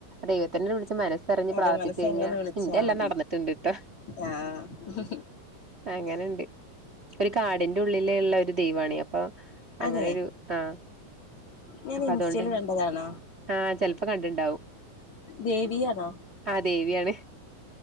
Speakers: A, on the right (about 80°); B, on the left (about 55°).
A: ദൈവത്തിനെ വിളിച്ച മനസ്സറിഞ്ഞ്
B: അതെ
A: പ്രാർത്ഥിച്ചു
B: മനസ്സറിഞ്ഞൊന്ന്
A: കഴിഞ്ഞ
B: വിളിച്ചാ
A: ഇന്റെ എല്ലാം
B: മതി
A: നടന്നിട്ടുണ്ട് ഇട്ട
B: ആഹ്
A: അങ്ങനെണ്ട് ഒരു കാടിന്റെ ഉള്ളിലുള്ളൊരു ദൈവാണെ അപ്പൊ അങ്ങനൊരു
B: അതെ
A: ആഹ്
B: ഞാൻ
A: അപ്പൊ
B: ഇൻസ്റ്റൽ
A: അതുകൊണ്ടന്നെ
B: കണ്ടതാണോ
A: ആഹ് ചെലപ്പോ കണ്ടിണ്ടാവും
B: ദേവിയാണോ
A: ആ ദേവിയാണ്